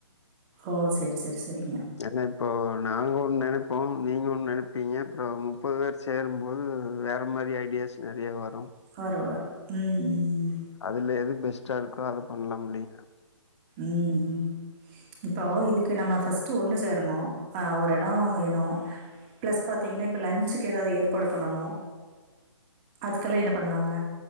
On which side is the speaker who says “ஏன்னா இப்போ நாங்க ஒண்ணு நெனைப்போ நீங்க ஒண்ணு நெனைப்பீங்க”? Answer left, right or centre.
Left